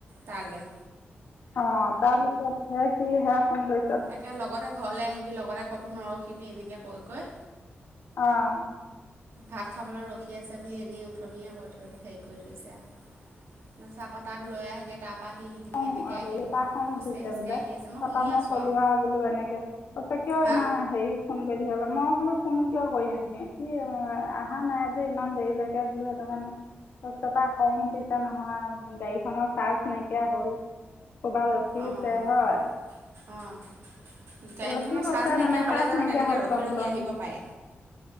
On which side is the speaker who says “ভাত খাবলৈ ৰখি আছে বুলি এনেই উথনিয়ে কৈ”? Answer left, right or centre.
Right